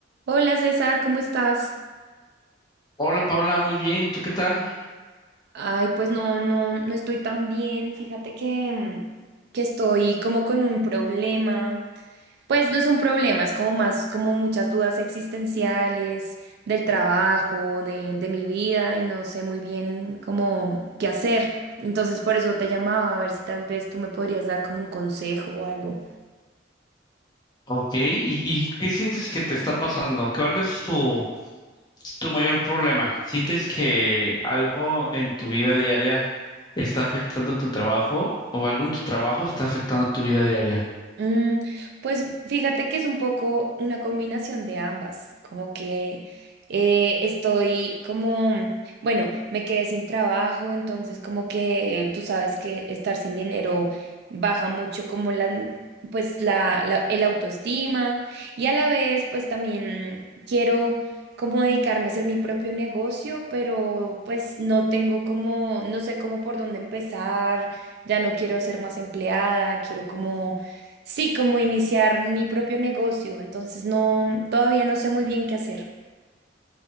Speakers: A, on the right; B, on the left.
A: Hola César, ¿cómo estás?
B: Hola Paula, muy bien. ¿Y tú qué tal?
A: Ay, pues no, no, no estoy tan bien. Fíjate que, mm, que estoy como con un problema. Pues no es un problema, es como más como muchas dudas existenciales del trabajo, de, de mi vida y no sé muy bien cómo qué hacer. Entonces por eso te llamaba a ver si tal vez tú me podrías dar como un consejo o algo.
B: Ok. ¿Y, y qué sientes que te está pasando? ¿Cuál es tu, tu mayor problema? ¿Sientes que algo en tu vida diaria está afectando tu trabajo o algo en tu trabajo está afectando tu vida diaria?
A: Mm, pues fíjate que es un poco una combinación de ambas, como que eh, estoy como, bueno, me quedé sin trabajo, entonces como que tú sabes que estar sin dinero baja mucho como la, pues la, la- el autoestima y a la vez pues también quiero como dedicarme a hacer mi propio negocio, pero pues no tengo como, no sé cómo por dónde empezar, ya no quiero ser más empleada, quiero como Sí, como iniciar mi propio negocio, entonces no, todavía no sé muy bien qué hacer.